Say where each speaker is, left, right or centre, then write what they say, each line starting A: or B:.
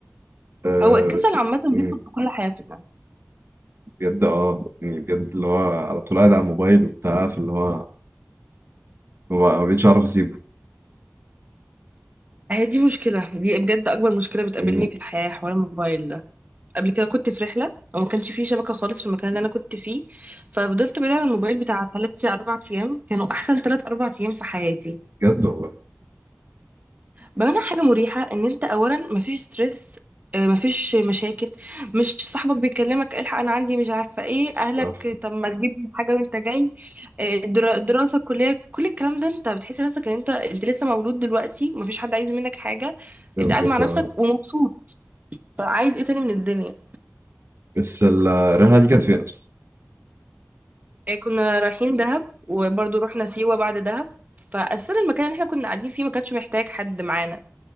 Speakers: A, on the right; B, on the right.
A: أه
B: هو الكسل
A: بس
B: عامة بيدخل
A: مم،
B: في كل حياتنا يعني.
A: بجد اه يعني بجد اللي هو على طول قاعد على الموبايل وبتاع فاللي هو هو ما بقتش أعرف أسيبه
B: هي دي مشكلة دي بجد أكبر مشكلة بتقابلني
A: مم،
B: في الحياة حوار الموبايل ده قبل كده كنت في رحلة وما كانش فيه شبكة خالص في المكان اللي أنا كنت فيه ففضلت بعيدة عن الموبايل بتاع تلات أربع أيام كانوا أحسن تلات أربع أيام في حياتي
A: بجد والله
B: بمعنى حاجة مريحة ان انت اولا مفيش ستريس آه، مفيش مشاكل مش صاحبك بيكلمك الحق انا عندي مش عارفة ايه
A: الصراحة
B: اهلك طب ما تجيب حاجة وانت جاي آه، درا- دراسة كلية كل الكلام ده انت بتحس نفسك ان انت انت لسه مولود دلوقتي ومفيش حد عايز منك حاجة
A: بجد
B: انت قاعد مع نفسك
A: آه.
B: ومبسوط فعايز ايه تاني من الدنيا
A: بس ال- الرحلة دي كانت فين أصلا؟
B: آه، كنا رايحين دهب وبرضه رحنا سيوة بعد دهب فأساسا المكان اللي احنا كنا قاعدين فيه ما كانش محتاج حد معانا